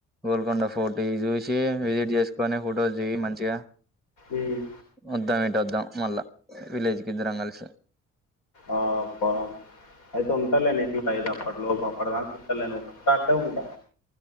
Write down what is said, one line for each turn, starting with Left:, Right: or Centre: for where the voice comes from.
Centre: గోల్కొండ ఫోర్ట్ ఇ చూసి విజిట్ చేసుకొని ఫొటోస్ తీ మంచిగా.
Left: ఉమ్.
Centre: వద్దాం ఇంటు వద్దాం మళ్ళా విలేజ్ కి ఇద్దరం కలిసి
Left: ఆ బా, అయితే ఉంటాలే నేను కూడా హైజాబ్. అప్పటి లోపు అప్పటిదాకా ఉంటాలే. నువ్వు వస్తా అంటే ఉంటా.